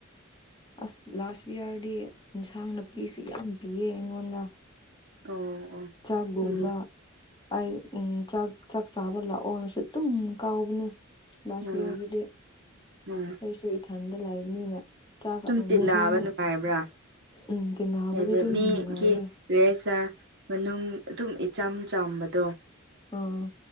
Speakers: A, on the left; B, on the right.
A: ꯑꯁ ꯂꯥꯁ ꯏꯌꯥꯔꯗꯤ ꯏꯟꯁꯥꯡ ꯅꯨꯄꯤꯁꯨ ꯌꯥꯝ ꯄꯤꯌꯦ ꯑꯩꯉꯣꯟꯗ
B: ꯑꯣ ꯑꯣ
A: ꯆꯥꯛꯒꯨꯝꯕ
B: ꯎꯝ
A: ꯑꯩ ꯎꯝ ꯆꯥꯛ ꯆꯥꯛ ꯆꯥꯕ ꯂꯥꯛꯑꯣꯅꯁꯨ ꯑꯗꯨꯝ ꯀꯥꯎꯕꯅꯦ ꯂꯥꯁ
B: ꯎꯝ
A: ꯏꯌꯥꯔꯗꯨꯗꯤ
B: ꯎꯝ
A: ꯑꯩꯁꯨ ꯏꯊꯥꯟꯗ ꯂꯩꯕꯅꯤꯅ ꯆꯥꯛ
B: ꯁꯨꯝ ꯇꯤꯟꯅꯕ
A: ꯏꯟꯁꯥꯡ
B: ꯅꯨꯡꯉꯥꯏꯕ꯭ꯔꯥ
A: ꯎꯝ ꯇꯤꯅꯕꯗꯤ
B: ꯑꯗ
A: ꯑꯗꯨꯝ
B: ꯃꯤꯒꯤ
A: ꯅꯨꯡꯉꯥꯏꯌꯦ
B: ꯔꯦꯁ ꯃꯅꯨꯡ ꯑꯗꯨꯝ ꯏꯆꯝ ꯆꯝꯕꯗꯣ
A: ꯑꯥ